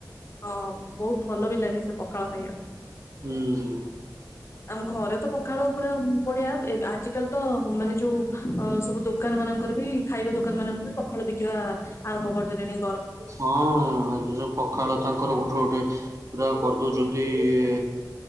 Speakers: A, on the left; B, on the right.
A: ହଁ ବହୁତ୍ ଭଲ ବି ଲାଗେ ସେ ପଖାଳ ଖାଇବାକୁ।
B: ହୁଁ।
A: ଆମ ଘରେ ତ ପଖାଳ ପୁରା ହୁମ୍ ବଢ଼ିଆ ଏବ୍ ଆଜିକାଲି ତ ହୁମ୍ ମାନେ ଯୋଉ ଅ ସବୁ ଦୋକାନ ମାନଙ୍କରେ ବି ଖାଇବା ଦୋକାନ ମାନଙ୍କରେ ପଖାଳ ବିକିବା ଆ ଆରମ୍ଭ ପଡିଲେଣି
B: ହଁ ଯୋଉ ପଖାଳ ତାଙ୍କର ଗୋଟ କୋଉଠି ପୁରା କରିଦଉଛନ୍ତି ଇଇ